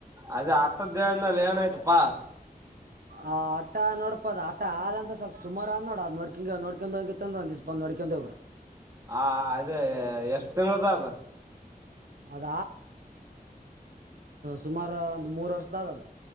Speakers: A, on the right (about 20°); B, on the right (about 70°).
A: ಅದು ಆ ಅಧ್ಯ ಉಾಯತ್ಪ್ಪ
B: ಆ ಆಟ ನೋಡಪದ ಆಟ ಆದಂತ ಸ್ವಲ್ಪ್ ಸುಮಾರ ಆದ ನೋಡ ಅ್ ನೋಡ್ಕಿಂಗ ನೋ ಕೆತ್ತಂತಪಂದು ಅಡಿಕಂತ ಕೂಡ
A: ಹ ಅದೇ ಎಷ್ಟ್ ತಿಂಳದ ಅದು
B: ಅದ ಸುಮಾರು ಒಂದು ಮೂರ್ ವರ್ಷ ದ